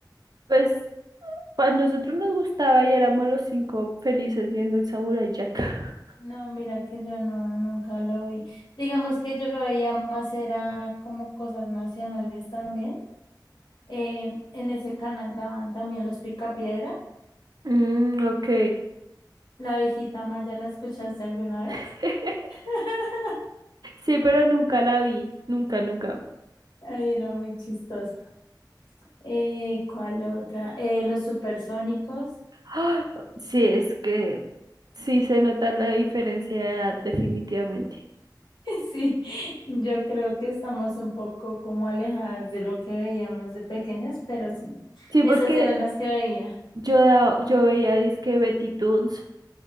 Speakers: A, on the right (about 60°); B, on the left (about 75°).
A: Pues a nosotros nos gustaba y éramos los cinco felices viendo el Samurai Jack. <laughs>
B: No, mira que yo no, nunca lo vi. Digamos que yo veía más, era como cosas nacionales también. Eh, en ese canal daban también los Picapiedra.
A: Mm, ok.
B: La abejita Maya, ¿la escuchaste alguna vez?
A: <laughs>
B: <laughs>
A: Sí, pero nunca la vi, nunca, nunca.
B: Ay, era muy chistosa. Eh, ¿cuál otra? Eh, los supersónicos. <laughs>
A: ¡Ah! Sí, es que sí se nota la diferencia de edad definitivamente.
B: Sí, yo creo que estamos un poco como alejadas de lo que veíamos de pequeñas, pero sí,
A: Sí,
B: esas
A: porque
B: eran las que veía.
A: yo, da- yo veía disque Betty Toons.